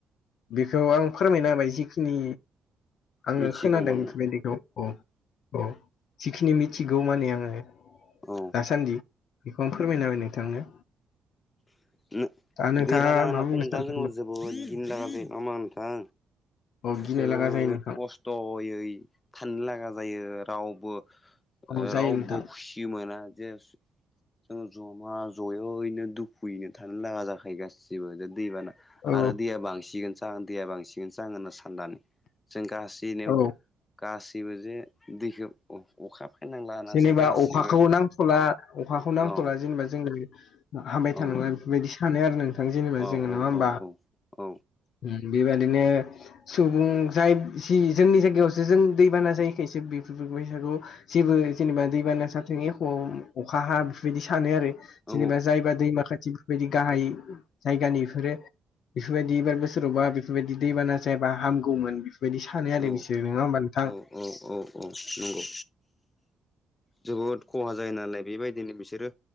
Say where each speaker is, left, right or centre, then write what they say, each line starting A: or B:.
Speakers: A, on the left (about 75°); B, on the left (about 30°).
A: बेखौ आं फोरमायना होबाय जिखिनि आङो
B: मिथिगौमोन
A: खोनादों बेफोरबायदिखौ औ औ जिखिनि मिथिगौ माने आङो
B: औ
A: दासान्दि बेखौ आं फोरमायना होबाय नोंथांनो
B: <unintelligible>
A: दा नोंथाङा
B: दै बाना होनबाथ'नोंथां
A: मा बुंनो सानदों
B: जों जोबोद गिनो लागा <unintelligible> नङा होमबा नोंथां
A: औ गिनो
B: जोबोद
A: लागा जायो नोंथां
B: खस्थ'यै थानो लागा जायो रावबो
A: औ जायो
B: रावबो
A: नोंथां
B: खुसि मोना जे जों जमा जयैनो दुख खुयैनो थानो लागा जाखायो गासिबो जे दैबाना
A: औ
B: आरो दैया बांसिगोन जाहोन दैया बांसिनगोनसो आं होनना साननानै जों गासैनो
A: औ
B: गासैबो जे दैखौ अखा फैनांला होननासो
A: जेनेबा
B: गासैबो
A: अखाखौ नांथ'ला अखाखौ नांथ'ला
B: औ
A: जेनेबा जोङो हाबाय
B: औ
A: थानांला बेफोरबायदि सानो आरो नोंथां जेनेबा
B: औ
A: जोङो नङा होमबा
B: औ औ
A: ओम बेबायदिनो सुबुं जाय जि जोंनि जायगायावसो जों दैबाना जायैखायसो <unintelligible> जेबो जेनेबा दैबाना जाथों एख' अखा हा बेफोरबायदि सानो आरो
B: औ
A: जेनेबा जायबा दैमा खााथि बेफोरबायदि गाहाय जायगानि एफोरो बेफोरबायदि एबार बोसो रावबा बेफोरबायदि दैबाना जायाबा हामगौमोन बेफोरबायदि सानो आरो
B: औ
A: बिसोरो नङा होमबा नोंथां
B: औ औ औ औ नंगौ जोबोद खहा जायो नालाय बेबायदिनो बिसोरो